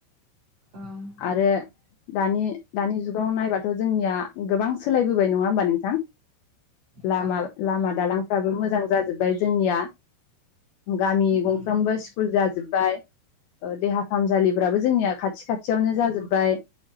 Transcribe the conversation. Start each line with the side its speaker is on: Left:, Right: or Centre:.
Right: उम
Left: आरो दानि दानि जुगाव नायबाथ' जोंनिया गोबां सोलायबोबाय नंङा होमबा नोंथां? लामा
Right: औ औ
Left: लामा दालांफ्राबो मोजां जाजोब्बाय जोंनिया गामि
Right: उम
Left: गंफ्रोमबो स्कुल जाजोब बाय ओ देहा फाहामसालिफ्राबो जोंनिया खाथि खाथियावनो जाजोब्बाय